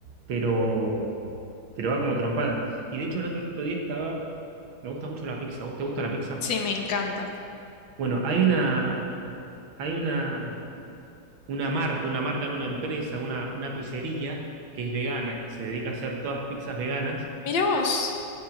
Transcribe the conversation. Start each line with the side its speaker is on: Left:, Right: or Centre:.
Right: pero, pero va como trompada. Y de hecho el otro día estaba, me gusta mucho la pizza, ¿vos te gusta la pizza?
Left: sí, me encanta.
Right: Bueno, hay una, hay una, una marca, una marca en una empresa, una, una pizzería que es vegana, que se dedica a hacer todas pizzas veganas,
Left: Mira vos.